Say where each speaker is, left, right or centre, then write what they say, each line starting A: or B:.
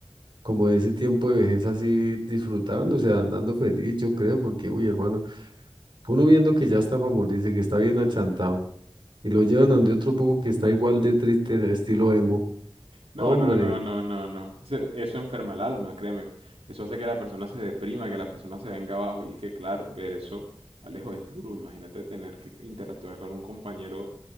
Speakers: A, on the right (about 55°); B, on the right (about 80°).
A: como de ese tiempo de vejez así disfrutando, o sea, andando feliz, yo creo, porque, uy, hermano, uno viendo que ya está para morirse, que está bien achantado, y lo llevan a donde otro poco que está igual de triste, estilo emo.
B: No,
A: Hombre.
B: no, no, no, no, no. Se- Eso enferma el alma, créeme. Eso hace que la persona se deprima, que la persona se venga abajo. Y es que, claro, ver eso, Alejo, es duro. Imagínate tener que interactuar con un compañero